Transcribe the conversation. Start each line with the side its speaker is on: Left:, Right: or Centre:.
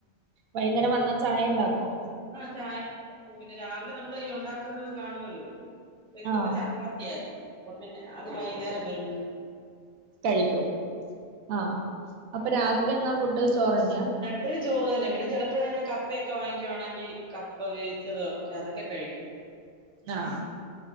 Right: വൈകുന്നേരം വന്ന ചായ ഇണ്ടാക്കോ?
Centre: ആ ചായ <unintelligible> പിന്നെ രാവിലെ നമ്മള് ഈ ഒണ്ടാക്കുന്നത് കാണുമല്ലോ അപ്പ ഇന്നിപ്പോ
Right: ആഹ്
Centre: ചപ്പാത്തിയായിരുന്നു അപ്പൊ പിന്നെ അത് വൈകുന്നേരം വരുമ്പോഴ്
Right: കഴിക്കും ആണോ? അപ്പൊ രാത്രി എന്നാ ഫുഡ്? <unintelligible>
Centre: രാത്രി ചോറ് തന്നെ പിന്നെ ചിലപ്പോഴാണേൽ കപ്പയക്കെ വാങ്ങിക്കുവാണെങ്കിൽ കപ്പ വേവിച്ചു <unintelligible> അതൊക്കെ കഴിക്കും
Right: ആഹ്